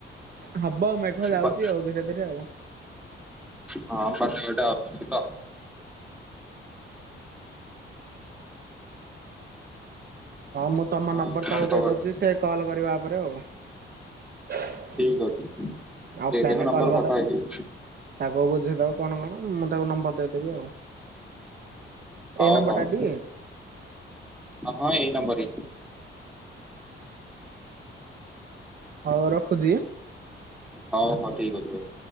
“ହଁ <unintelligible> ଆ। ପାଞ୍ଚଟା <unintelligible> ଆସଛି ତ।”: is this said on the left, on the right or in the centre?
Centre